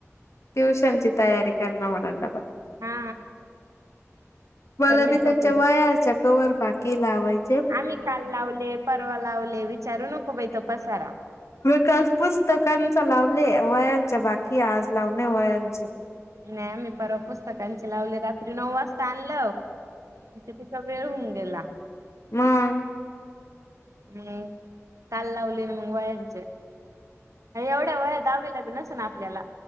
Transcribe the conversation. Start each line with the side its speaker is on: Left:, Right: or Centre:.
Left: ट्यूशनची तयारी करणार म्ह
Right: हा
Left: <inaudible> मला
Right: चालले
Left: बी
Right: झोपे.
Left: त्याच्या वायाचा कवर भाकी लावायचा
Right: आम्ही काल लावले परवा लावले विचारू नको बाै तो पसारा
Left: काल पुस्तकांच लावले वयांच्या बाकी आज लावणे वयांचे
Right: नाही आम्ही परव पुस्तकांचे लावली रात्री नऊ वाजता आणल तिचं वेळ होऊन गेला
Left: हम्म
Right: मग काल लावली ना मग वयांचे एवढ्या वया दहावी लग्नस ना आपल्याला